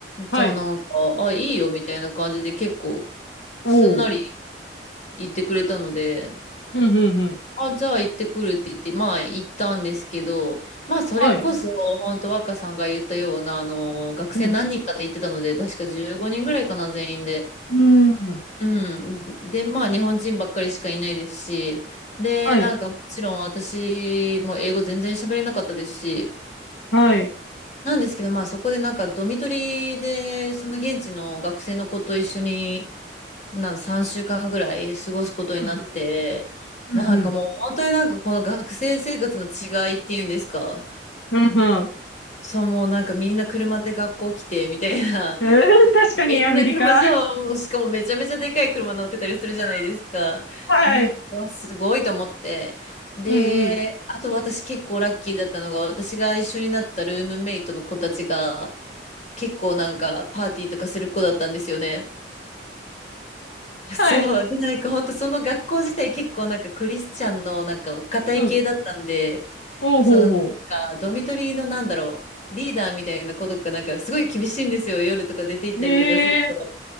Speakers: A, on the left; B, on the left.
A: はい。
B: じゃあなんか、あ、いいよ、みたいな感じで結構、
A: おお。
B: すんなり言ってくれたので、
A: うんうんうん。
B: あ、じゃあ行ってくるって言って、まあ行ったんですけど、まあそれこそ、
A: はい。
B: 本当若さんが言ったような、あの、学生何人かで行ってたので、
A: うん
B: 確か15人ぐらいかな、全員で。
A: うん。
B: うん。で、まあ、日本人ばっかりしかいないですし、で、
A: はい。
B: なんか、もちろん私も英語全然喋れなかったですし、
A: はい。
B: なんですけど、まあ、そこでなんか、ドミトリで、その現地の学生の子と一緒に、なん、3週間ぐらい過ごすことになって、
A: うんうん。
B: なんかもう、
A: うんうん。
B: 本当になんか、この学生生活の違いっていうんですか、
A: うんうん。
B: そう、もうなんか、みんな車で学校来て、みたいな、
A: うん確かにアメリカ。
B: みんな車、そう、しかもめちゃめちゃでかい車乗ってたりするじゃないですか。
A: はい。
B: で、なんか、うわすごいと思って。で、
A: うんうん。
B: あと私結構ラッキーだったのが、私が一緒になったルームメイトの子たちが、結構なんかパーティーとかする子だったんですよね。
A: はい。
B: そう。で、なんか本当その学校自体結構なんかクリスチャンのなんかお堅い系だったんで、
A: うん。おうほうほ
B: そのなんかドミトリーのなんだろう、リーダーみたいな子とかなんかすごい厳しいんですよ。夜とか出て行ったりとかすると。
A: う。へえー。